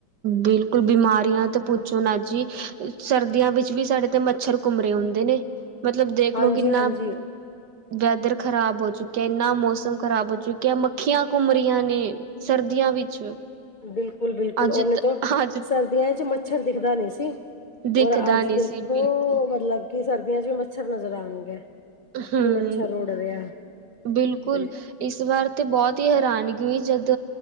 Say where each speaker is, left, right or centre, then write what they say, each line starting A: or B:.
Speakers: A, on the right (about 65°); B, on the left (about 55°).
A: ਬਿਲਕੁਲ ਬੀਮਾਰੀਆਂ ਤੇ ਪੁੱਛੋ ਨਾ ਜੀ ਸਰਦੀਆਂ ਵਿੱਚ ਵੀ ਸਾਡੇ ਤੇ ਮੱਛਰ ਘੁੰਮਰੇ ਹੁੰਦੇ ਨੇ ਮਤਲਬ ਦੇਖ
B: ਹਾਂਜੀ
A: ਲਓ ਕਿੰਨਾ
B: ਹਾਂਜੀ
A: ਵੈਦਰ ਖ਼ਰਾਬ ਹੋ ਚੁੱਕਿਆ ਇੰਨਾ ਮੌਸਮ ਖ਼ਰਾਬ ਹੋ ਚੁੱਕਿਆ। ਮੱਖੀਆਂ ਘੁੰਮ ਰਹੀਆਂ ਨੇ। ਸਰਦੀਆਂ ਵਿੱਚ
B: ਬਿਲਕੁਲ ਬਿਲਕੁਲ
A: ਅੱਜ
B: ਓਨੇ ਤਾਂ
A: ਅੱਜ
B: ਸਰਦੀਆਂ ਚ ਮੱਛਰ ਦਿਖਦਾ ਨਹੀਂ ਸੀ।
A: ਦਿਖਦਾ
B: ਔਰ ਅੱਜ
A: ਨਹੀਂ
B: ਦੇਖੋ
A: ਸੀ ਬਿਲਕੁਲ
B: ਮਤਲਬ ਕਿ ਸਰਦੀਆਂ ਚ ਵੀ ਮੱਛਰ ਨਜ਼ਰ ਆਉਣਗੇ। ਕਿ
A: ਹਮ
B: ਮੱਛਰ ਉੜ ਰਿਹਾ
A: ਬਿਲਕੁਲ।
B: ਬਿਲ
A: ਇਸ ਵਾਰ ਤੇ ਬਹੁਤ ਹੀ ਹੈਰਾਨਗੀ ਹੋਈ ਜਦ